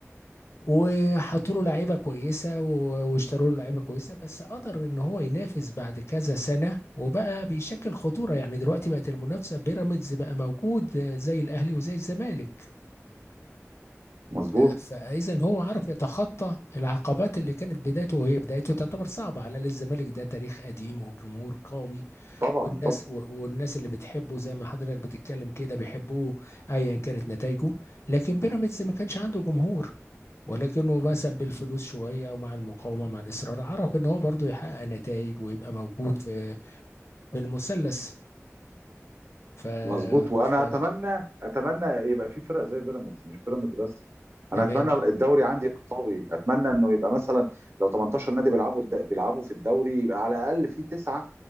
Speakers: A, on the left; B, on the right.
A: وحطوا له لعيبة كويسة و- واشتروا له لعيبة كويسة بس قدر ان هو ينافس بعد كذا سنة وبقى بيشكل خطورة يعني دلوقتي بقت المنافسة بيراميدز بقى موجود آه، زي الأهلي وزي الزمالك
B: مظبوط
A: فإذا هو عرف يتخطى العقبات اللي كانت بدايته وهي بدايته تعتبر صعبة على الأقل الزمالك ده تاريخ قديم وجمهور قوي
B: طبعا
A: والناس
B: طبعا
A: و- والناس اللي بتحبه زي ما حضرتك بتتكلم كده بيحبوه ايا كانت نتائجه لكن بيراميدز ما كانش عنده جمهور ولكنه مثلا بالفلوس شويه ومع المقاومه مع الاصرار عرف ان هو برضه يحقق نتائج ويبقى موجود في في المثلث ف
B: مظبوط وانا
A: ف
B: اتمنى اتمنى يبقى في فرق زي بيراميدز مش بيراميدز بس
A: تمام
B: انا اتمنى الدوري عندي يبقى قوي اتمنى انه يبقى مثلا لو 18 نادي بيلعبوا الد- بيلعبوا في الدوري يبقى على الاقل في تسعه